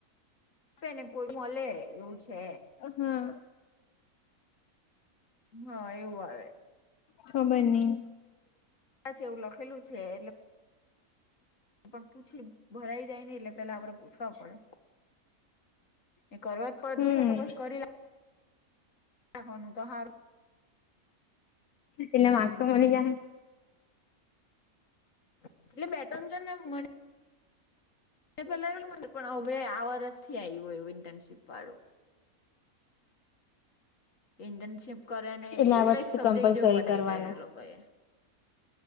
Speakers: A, on the left; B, on the left.
A: આપે ને કોઈ મળે એવું છે
B: હમ્મ હા.
A: હા એવું આવે.
B: ખબર નહી.
A: કદાચ એવુ લખેલું છે એટલે પણ પૂછી ભરાઈ જાય નઈ એટલે પેલા આપડે પૂછવા પડે એ કરવા જ પડતું
B: હમ
A: હશે તો પછી કરે લા તેઓ નુ તો હારું
B: એટલે વાત તો મળી જાહે
A: એટલે બેટન જન ને આમ મને એ પેલા એલું પણ હવે આ વર્ષ થી આવ્યું એવું ઇન્ટરશીપ વાળું ઇન્ટર્નશીપ કરે ને
B: એટલે
A: એલે
B: આ વસ્તુ
A: એક સબ્જેક્ટ
B: કમ્પલસરી
A: જેવું
B: કરવાનું
A: બનાવી દે લોકો એ